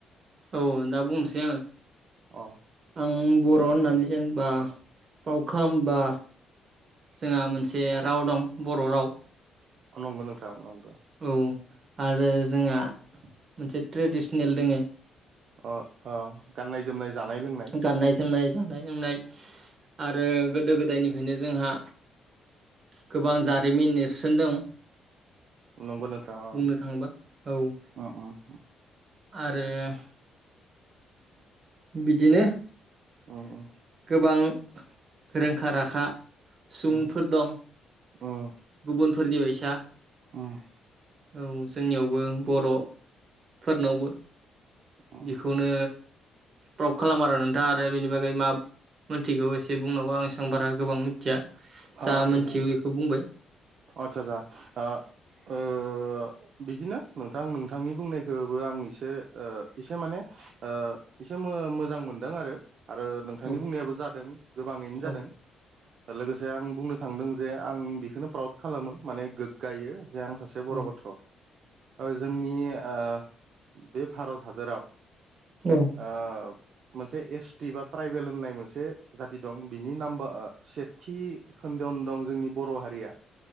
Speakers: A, on the right; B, on the right.
A: औ दा बुंनोसै
B: अ
A: आङो आं बर' होननानै जेनेबा फ्रावड खालामबा जोंहा मोनसे राव दं बर' राव।
B: औ नंगौ नोंथां नंगौ
A: औ आरो जोंहा मोनसे ट्रेडिसनेल दोङो।
B: अ अ गाननाय जोमनाय जानाय लोंनाय
A: गाननाय जोमनाय जानाय लोंनाय आरो गोदो गोदायनिफ्रायनो जोंहा गोबां जारिमिन नेरसोनदों
B: नंगौ नोंथां अ
A: बुंनो थाङोबा औ
B: उम उम
A: आरो <inaudible> बिदिनो
B: अ अ
A: गोबां रोंखा राखा सुबुंफोर
B: उम
A: दं।
B: उम
A: गुबुनफोरनि बायसा
B: उम उम
A: औ। जोंनियावबो बर'फोरनावबो
B: उम
A: बेखौनो प्राउड खालामो आरो नोंथां आरो बेनि बागै मा मोनथिगौ एसे बुंनांगौ आं एसेबां बारा गोबां मिथिया जा
B: अ आतसा
A: मोनथियो बेखौ बुंबाय।
B: आतसा आतसा आ ओ बिदिनो नोंथां नों थांनि बुंनायखौबो आं एसे ओ एसे माने ओ एसे मो-मोजां मोनदों आरो। आरो नोंथांनि
A: औ
B: बुंनायाबो जादों गोबाङैनो जादों।
A: औ
B: लोगोसे आं बुंनो थांदों जे आं बेखौनो प्राउड खालामो माने गोग्गायो। जे आं सासे बर'
A: औ
B: गथ' जोंनि ओ बे भारत हादोराव
A: औ
B: ओ मोनसे एस टि बा ट्राइबेल होननाय मोनसे जाथि दं बिनि नाम्बार सेथि खोन्दोआवनो दं जोंनि बर' हारिया